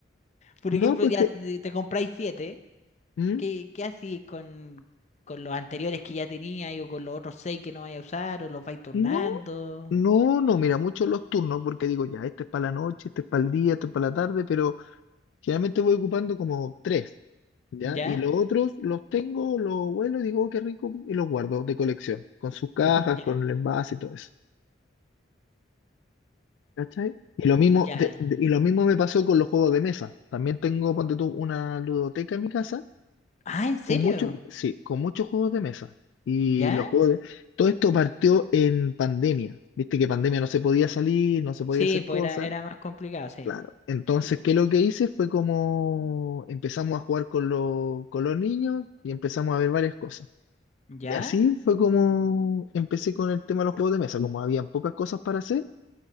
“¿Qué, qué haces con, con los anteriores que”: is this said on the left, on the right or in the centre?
Left